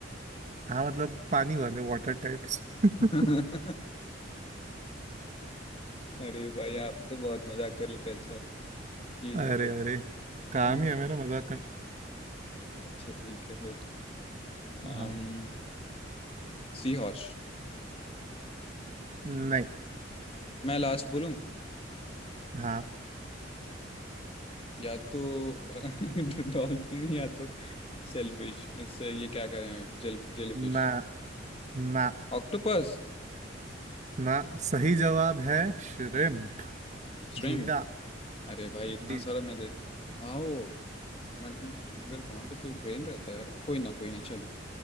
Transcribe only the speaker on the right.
हाँ मतलब पानी वाले वाटर टाइप्स <laughs>
अरे
अरे काम
ही है मेरा मजाक करना
हाँ
नहीं
हाँ
ना ना
ना सही जवाब है श्रिम्प
झींगा
जी